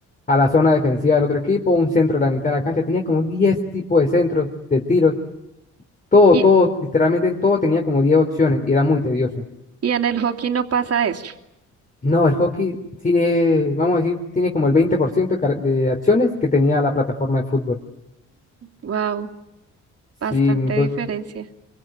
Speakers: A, on the left; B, on the right.
A: a la zona defensiva del otro equipo, un centro de la mitad de la cancha. Tenía como 10 tipos de centros, de tiros, todo,
B: Y,
A: todo, literalmente todo tenía como 10 opciones y era muy tedioso.
B: y en el hockey no pasa eso.
A: No, el hockey tiene, vamos a decir, tiene como el 20% de, car- de acciones que tenía la plataforma de fútbol.
B: Wow,
A: Sí,
B: bastante
A: pues
B: diferencia.